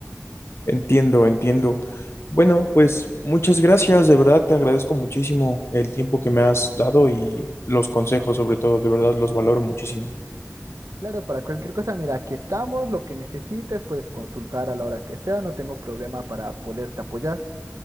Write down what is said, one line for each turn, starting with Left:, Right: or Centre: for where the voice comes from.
Left: Entiendo, entiendo. Bueno, pues muchas gracias, de verdad te agradezco muchísimo el tiempo que me has dado y los consejos sobre todo, de verdad los valoro muchísimo.
Right: Claro, para cualquier cosa, mira, aquí estamos, lo que necesites, puedes consultar a la hora que sea, no tengo problema para poderte apoyar.